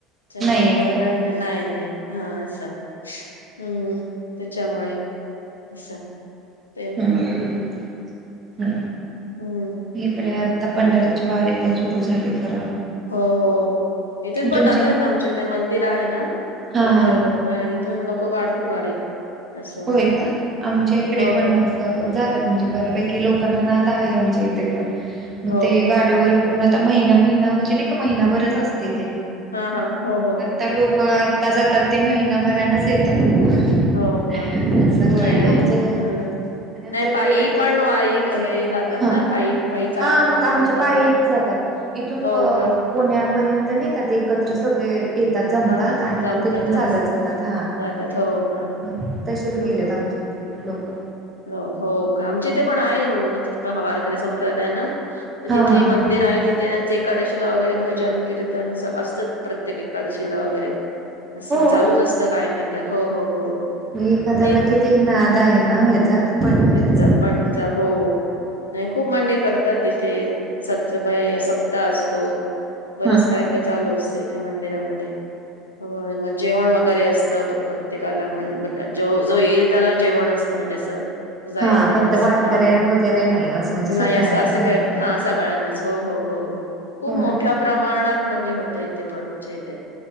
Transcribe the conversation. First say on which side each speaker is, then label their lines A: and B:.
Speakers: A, on the left; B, on the right.
A: त्यामुळे
B: नाहीये
A: एवढं
B: का?
A: काही नाही, नाही. हा असा, हम्म. त्याच्यामुळे, असा तेच.
B: हम.
A: हम्म
B: इकडे आता पंढऱ्याचे वारी पण सुरू झाली खरं.
A: हो, हो इथून पण
B: तुमचे
A: जातात ना आमचे इथे मंदिर आहे ना,
B: हा
A: विठ्ठल
B: हा हा
A: रखुमाई त लोकं काढत्यात वारी. असं
B: होय का? आमच्या इकडे
A: हो
B: पण
A: हो
B: असतं. जातात म्हणजे बऱ्यापैकी लोकांना नाद आहे आमच्या इथे पण, मग
A: हो
B: ते
A: काय
B: गाडीवर करून आता महिना- महिना म्हणजे नई का महिनाभरच असतय ते.
A: हा, हा. हो, हो.
B: तर लोक आता जातात. ते महिनाभरानच येतात अस
A: हो का
B: होय
A: नाही नाही.
B: आमच आणि
A: हम्म
B: आमच
A: नाही पायी
B: वैयक्तिक
A: पण वारी हे जातात
B: हा.
A: ना पायी पायी चालत
B: हा मग
A: जा- पण
B: आमचे
A: जातात
B: पाइक
A: ना
B: जातात. इथून
A: हो
B: प
A: का
B: पुण्यापर्यंत नाही का ते एकत्र सगळे ये त्यात जमतात
A: हा हा
B: आणि
A: जमतात
B: मग तिथून चालत
A: हा हा.
B: जातात हा.
A: जातात हो का
B: मग शीच
A: ह
B: गेलेत
A: ह
B: आमच्या इथले पण लोक.
A: हो हो का आमच्या इथे पण आहे म्ह मग त पण वारकरी संप्रदाय ना? तर
B: हा
A: तिथे
B: हा
A: मंदिर
B: हा
A: आहे तिथे त्यांचं एकादशीला वगैरे भजन कीर्तन अस असतं प्रत्येकी एकादशीला वगैरे असं
B: हो.
A: चालूच असतं काही नाही काय हो हो हो.
B: म एखाद्याला
A: मग ते
B: किती नाद आहे ना ह्याचा? पंढरी
A: चा पणचा हो. नाही खूप म्हंजे करतात तिथे. सत्तबय सप्ताह असतो. बरंच
B: हा.
A: काय काय चालू असतं इथे मंदिरामध्ये. होय मग जेवण वगैरे असतं बर बर. प्रत्येकाला म्ह ज म न जो येईल त्याला जेवण असतं म्हणजे असं. जाई
B: हा
A: त्याला
B: फक्त
A: असं
B: वारकऱ्या
A: हा.
B: वगैरे नाही असं म्हणजे सगळ्यांनाच
A: नाही असं असं
B: आहे
A: काही
B: ना
A: हा सगळ्यांनाच हो हो हो हो. खूप
B: होय
A: मोठ्या
B: ना
A: प्रमाणात म्हणजे होतं इथे पण आमच्या इथे